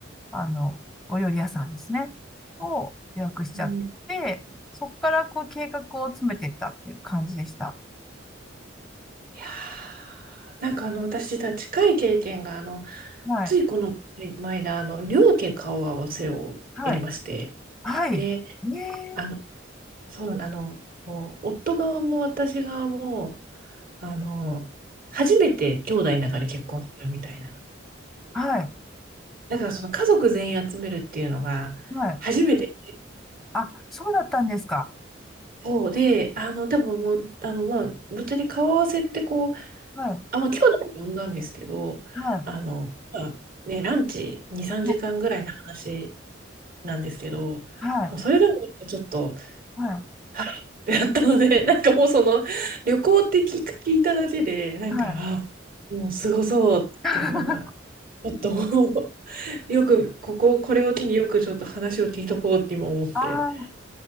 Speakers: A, in the centre; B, on the right.
A: あの、お料理屋さんですね、を予約しちゃって、
B: うんい
A: そこからこう計画を詰めていったっていう感じでした。
B: やーなんかあの、私実は近い経験が、あの、
A: はい
B: ついこの前だ、あの、両家顔合わせをやりまして。
A: はい。はい。
B: で、
A: ねえ。
B: あの、そうあの、こう夫側も私側も、あの、初めて兄弟の中で結婚するみたいな。
A: はい。
B: だからその家族全員集めるっていうのが、
A: はい。
B: 初めて。
A: あ、そうだったんですか。
B: そうで、あの、多分もう、あの、まあ、ぶっちゃけ顔合わせってこう、
A: はい。
B: あ、まあ、兄弟を呼んだんですけど、
A: は
B: あの、まあ、ね、ランチ2、3時間ぐらいの話
A: い。も
B: なんですけど、
A: うはい。
B: もうそれでもちょっと、
A: はい。
B: はいってなったので、なんかもうその、旅行って聞く、聞いただけで、なんか、
A: はい。
B: あ、もうすごそうっていうのが、
A: <laughs>
B: ちょっともう、<laughs> よく、ここ、これを機によくちょっと話を聞いとこうって今思って。
A: ああ、